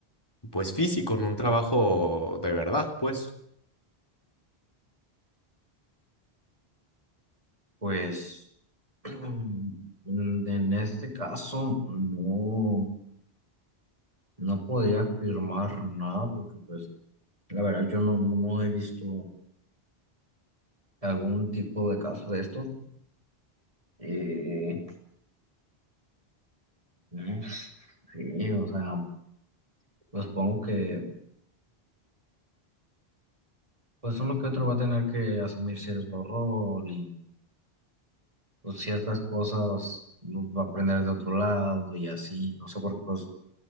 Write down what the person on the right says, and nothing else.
Pues <clears throat> en este caso no, no podría afirmar nada porque pues la verdad yo no, no no he visto algún tipo de caso de esto. Eh, no sé, o sea, pues supongo que pues uno que otro va a tener que asumir cierto rol y pues, ciertas cosas los va a aprender de otro lado y así, no sé, porque pues